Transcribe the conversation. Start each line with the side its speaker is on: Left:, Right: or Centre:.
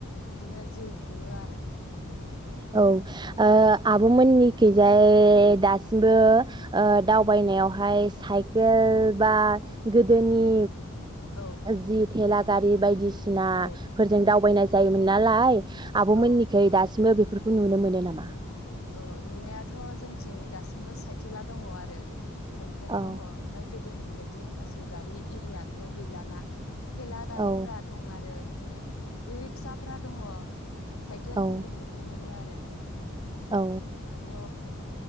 Left: बिदिनो जिउ खुङो आरो।
Right: औ ओ आब' मोननिखैजाय दासिमबो ओ दावबायनायावहाय साइकेल बा गोदोनि
Left: औ
Right: जि थेलागारि बायदिसिनाफोरजों
Left: औ
Right: दावबायनाय जायो मोननालाय आबमोननिखै
Left: औ
Right: दासिमबो बे बेफोरखौ नुनो मोनो नामा
Left: अ नुनायाथ जोंथिं दासिमबो साइकेला दङ आरो साइकेल
Right: औ
Left: दङ ओमफ्राय गोदोनि बेबायदि मोसौ गारि एरियाथ गैलाना थेला गारिफोरा
Right: औ
Left: दं आरो बिदिनो रिक्साफ्रा दङ साइकेलफोरखौ
Right: औ
Left: नुनो मोनो आरो दे
Right: औ
Left: दाथ